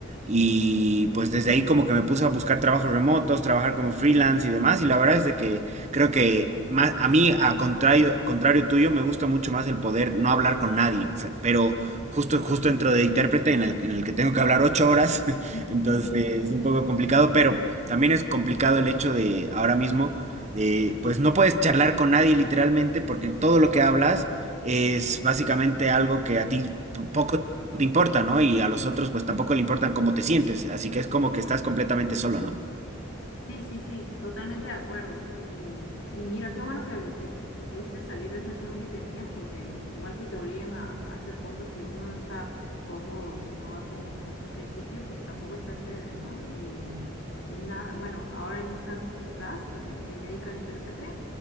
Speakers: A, on the right; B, on the left.
A: Y pues desde ahí como que me puse a buscar trabajos remotos, trabajar como freelance y demás. Y la verdad es de que creo que más, a mí, a contrario, contrario tuyo, me gusta mucho más el poder no hablar con nadie. O sea, Pero justo, justo dentro de intérprete en el, en el que tengo que hablar ocho horas, <laughs>
B: <laughs>
A: entonces es un poco complicado, pero también es complicado el hecho de ahora mismo, de, pues no puedes charlar con nadie literalmente porque todo lo que hablas es básicamente algo que a ti poco te importa, ¿no? Y a los otros pues tampoco le importan cómo te sientes, así que es como que estás completamente solo, ¿no?
B: Sí, sí, sí, totalmente de acuerdo. Y, y mira, qué bueno que, que, que pudiste salir de esa chama que tenías, porque igual que te obligan a, a hacer cosas que uno no está cómodo o que no va con, con sus principios, pues tampoco está chévere, ¿no? Y, y nada, bueno, ahora en esta que estás eh, de medical intérprete,